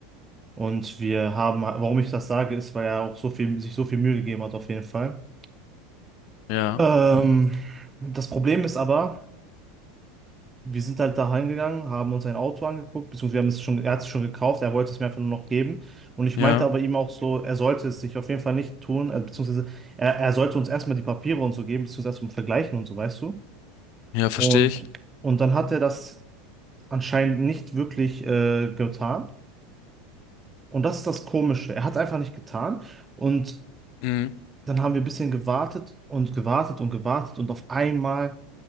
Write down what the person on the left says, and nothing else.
Ja,
ja,
ja, verstehe
ich.
Mhm,